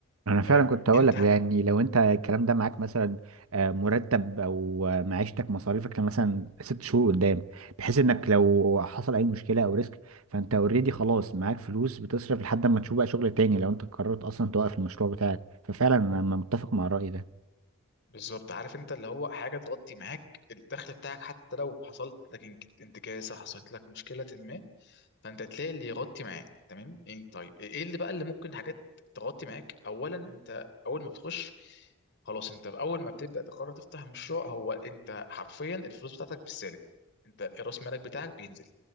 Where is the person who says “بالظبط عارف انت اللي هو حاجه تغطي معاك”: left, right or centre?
Left